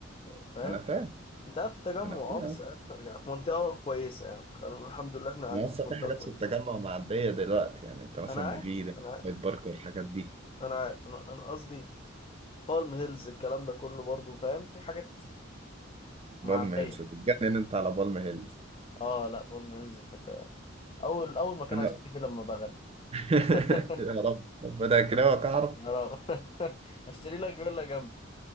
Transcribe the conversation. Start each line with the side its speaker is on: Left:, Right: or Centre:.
Left: فاهم
Right: أنا فاهم
Left: انت قاعد في التجمع
Right: أنا
Left: اه
Right: فاهم
Left: بس قاعد في, يعني في منطقه كويسه يعني الحمد لله احنا قاعدين
Right: ما لسه
Left: في منطقه
Right: في حاجات
Left: كويسه
Right: في التجمع معدية دلوقتي يعني أنت مثلا
Left: انا عارف
Right: مفيدة
Left: انا عارف
Right: هايد بارك والحاجات دي
Left: انا عارف انا أنا قصدي بالم هيلز الكلام ده كله برضو فاهم في حاجات معدية
Right: بالم هيلز تتجنن أنت على بالم هيلز
Left: اه لا بالم هيلز في حتة اول اول مكان
Right: أنا
Left: هشتري فيه لما بغني
Right: <laughs>
Left: <laughs>
Right: يا رب ربنا يكرمك أعرف
Left: يا رب <laughs> هشتري لك فيلا جنبي